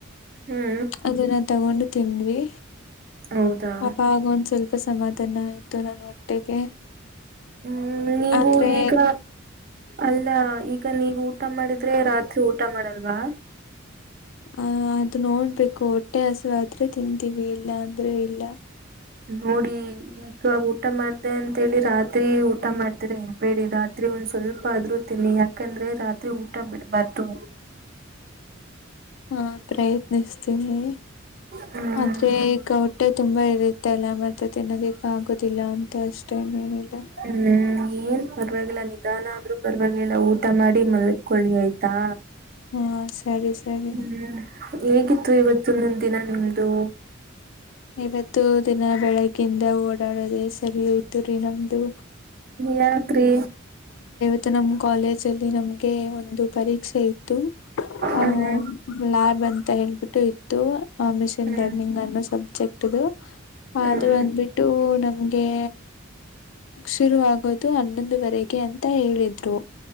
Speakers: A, on the right; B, on the left.
A: ಹ್ಮ್
B: ಅದನ್ನ ತಗೊಂಡ. ತಿಂದ್ವಿ.
A: ಹೌದಾ
B: ಅಪಾಗ್ ಒಂದ್ ಸ್ವಲ್ಪ. ತು ಸಮಾಧಾನ ಆಯ್ತು ನನ್ ಹೊಟ್ಟೆಗೆ.
A: ಹ್ಮ್ ನೀವು
B: ಆದ್ರೆ
A: ಈಗ. ಅಲ್ಲ ಈಗ ನೀವು ಊಟ ಮಾಡಿದ್ರೆ ರಾತ್ರಿ ಊಟ ಮಾಡಲ್ವಾ.
B: ಆ ಅದು ನೋಡ್ಬೇಕು ಹೊಟ್ಟೆ ಹಸಿವೆ ಆದ್ರೆ ತಿಂತೀವಿ ಇಲ್ಲ ಅಂದ್ರೆ ಇಲ್ಲ.
A: ನೋಡಿ ಈಗ ಊಟ ಮಾಡ್ದೆ ಅಂತೇಳಿ ರಾತ್ರಿ ಊಟ ಮಾಡ್ತರ ಇರ್ಬೇಡಿ ರಾತ್ರಿ ಒಂದ್ ಸ್ವಲ್ಪ ಆದ್ರು ತಿನ್ನಿ ಯಾಕಂದ್ರೆ ರಾತ್ರಿ ಊಟ ಬಿಡ್ಬಾರ್ದು.
B: ಹ್ಮ ಪ್ರಯತ್ನಿಸ್ತೀನಿ.
A: ಹ್ಮ್
B: ಮತ್ತೆ ಈಗ ಹೊಟ್ಟೆ ತುಂಬಾ ಇರುತ್ತಲ್ಲ ಮತ್ತೆ ತಿನದಕ್ಕೆ ಆಗುದಿಲ್ಲ ಅಂತ ಅಷ್ಟೇ ಇನ್ನೇನಿಲ್ಲ.
A: ಹ್ಮ್ ಏನ್ ಪರವಾಗಿಲ್ಲ ನಿಧಾನ ಆದ್ರೂ ಪರವಾಗಿಲ್ಲ ಊಟ ಮಾಡಿ ಮಲ್ಕೊಳ್ಳಿ ಆಯ್ತಾ.
B: ಹ್ಮ ಸ ಸರಿ ಸರಿ.
A: ಹ್ಮ್ ಹೇಗಿತ್ತು ಇವತ್ತಿನೊನ್ದ್ ದಿನ ನಿಮ್ದು.
B: ಇವತ್ತು ದಿನ ಬೆಳಗ್ಗಿಂದ ಓಡಾಡೋದೆ ಸರಿ ಹೋಯ್ತು ರೀ ನಮ್ದು.
A: ಯಾಕ್ರಿ.
B: ತ್ತ ನಮ್ ಕಾಲೇಜ್ ಅಲ್ಲಿ ನಮ್ಗೆ ಒಂದು ಪರೀಕ್ಷೆ ಇತ್ತು. <unintelligible> ಆ
A: ಹ್ಮ್
B: ಲ್ಯಾಬ್ ಅಂತ ಹೇಳ್ಬಿಟ್ಟು. ತ್ತು. ಹ ಮಿಷಿನ್
A: ಹ್ಮ್
B: ಲರ್ನಿಂಗ್ ಆದ್ಮೇಲ್ ಸಬ್. ಚೆಕ್ಟದು ಅದು
A: ಹ್ಮ್
B: ಬಂದ್ಬಿಟ್ಟು ನ ನಂಗೆ ಶುರುವಾಗೋದು ಹನ್ನೊಂದುವರೆಗೆ ಅಂತ ಹೇಳಿದ್ರು.